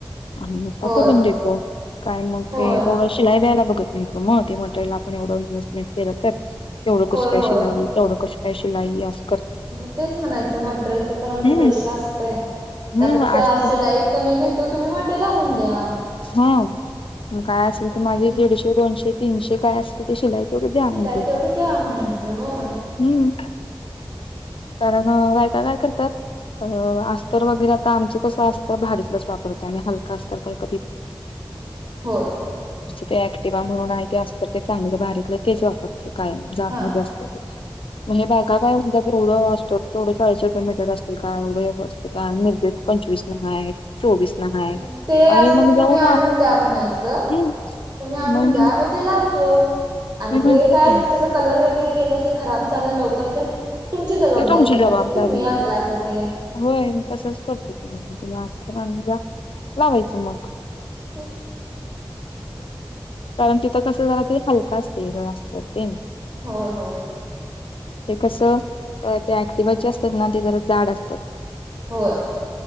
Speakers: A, on the left; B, on the right.
A: आम्ही अससा
B: होय
A: करून देतो काय मग
B: होय.
A: ते थोडं शिलाई द्यायला बघत. मग ते मटेरियल आपण एवढं इन्व्हेस्टमेंट केलं तर एवढं कस
B: होय
A: काय
B: होय
A: शिलाई तेवढं कस. स्पशलाई अस.
B: मग तेच म्हणायचं मटेरियलच पण आमच
A: हम्म.
B: पैश असतय. त्यापेक्षा
A: हम्म असत
B: शिलाई कमी घेतो तुम्ही मटेरियल आणून द्या.
A: हा काय असेल
B: तेच
A: ते माझे
B: की.
A: दीडशे दोनशे तीनशे काय असेल ते शिलाय. थोड द्या
B: शिलाई
A: म्हणते
B: तेवढी
A: म
B: द्या म्हणायचं होय
A: हम्म. कारण बायका काय करतात. अ अस्तर वगैरे आता आमचं कसं असतं भारीतलंच वापरत आणि हलका अस्तर काही. <unintelligible>
B: होय
A: ते ऍक्टिवा म्हणून आहे ते असत ते चांगलं बारीकलं तेच वापरते काय झाडमध्येध्ये
B: हा.
A: असत ते. म्हण हे बायग काय म्हणतात एवढं असतो तेढं ळीश रलो ममीटर असते का एवढे असते का आणि निर्ज. पंचवीस ना हा आहे चोवीस ना हा आहे.
B: मग ते असतर
A: अरे मग
B: तुम्ही
A: जाऊ
B: आणून द्या म्हणायचं
A: हम्म
B: तुम्ही आणून
A: मग मी
B: द्या म्ही ते लावतो. आणि
A: मी म्हंटले
B: ते काय
A: की मग
B: त्याचा कलर वगैरे गेलं ते खराब झालं लव करत तुमची जबाबदारी
A: ते तुमची
B: म्हणायच
A: जबाबदारी
B: तुम्ही आणला अस ते
A: होय तसच करतेच मग मी तुम्ही आफतर आण द लावायचं मग
B: तेच
A: कारण तिथं कसं झालं ते हलका असते जास्त ते
B: होय हो
A: ते कसं ते ऍक्टिवाचे असतात ना ते जरा जाड असतात
B: होय